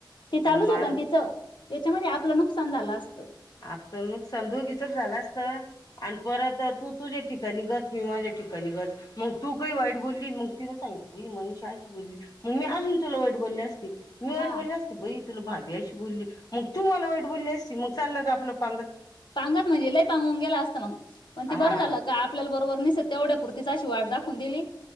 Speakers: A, on the left; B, on the left.
A: ते चालुच
B: आणि मान
A: होत तिच त्याच्यामध्ये आपल नुकसान झालं असतं <inaudible>
B: आपल नुकसान दोघीचं झाल असत आणि परत तू तुझ्या ठिकाणी गप मी माझ्या ठिकाणी गप मग तू काही वाईट बोलली मग तिन सांगितलं बाई मनीषा अशी बोलली मग् मी अजून तुला वाईट बोलले असते. <unintelligible> मी वाईट
A: हा
B: बोलले असते बाई तु मागे अशी बोलली मग तू मला वाईट बोलली असती मग चाललं का आपलं पांगत
A: पांगात म्हणजे लय पांगुन गेल असतं मग पण
B: हा
A: ती बरं झालं का? आपल्याला बरोबर निस तेवढ्यापूर्तीच अशी वाट दाखवून दिली.